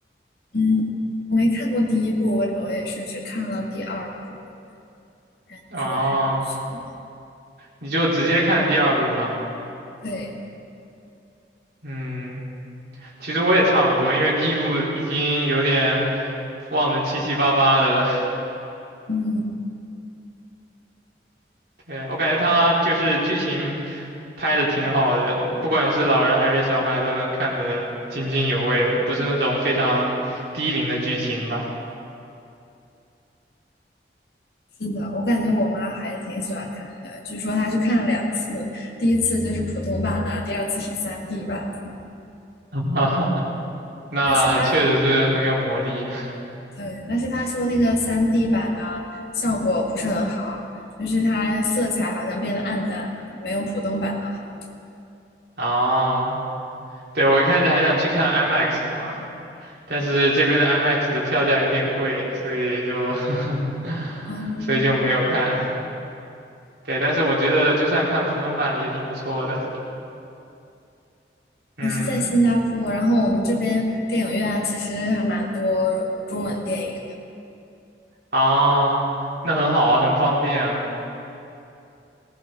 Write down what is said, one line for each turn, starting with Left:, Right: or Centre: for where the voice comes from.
Left: 嗯，我没看过第一部，我我也是只看了第二部，感觉还不错。
Right: 哦，你就直接看第二部嘛。
Left: 对，
Right: 嗯，其实我也差不多，因为第一部已经有点忘得七七八八的了。
Left: 嗯，
Right: <laughs> 对，我感觉它就是剧情拍的挺好的，不管是老人还是小孩都能看得津津有味的，不是那种非常低龄的剧情吧。
Left: 是的，我感觉我妈还挺喜欢看的，据说她去看了两次，第一次就是普通版的，第二次是 3D 版的。
Right: <laughs> 那确实是很有魔力
Left: 但是她，
Right: <laughs>
Left: 对，但是她说那个 3D 版的效果不是很好，就是它色彩好像变得暗淡了，没有普通版的好。
Right: 啊！对，我一开始还想去看 IMAX 的嘛，但是这边的 IMAX 的票价有点贵，所以就 <laughs>
Left: 嗯。
Right: 所以就没有看。对，但是我觉得就算看普通版也挺不错的。嗯，
Left: 我是在新加坡，然后我们这边电影院啊其实还蛮多中文电影
Right: 啊，那很好啊，很方便啊。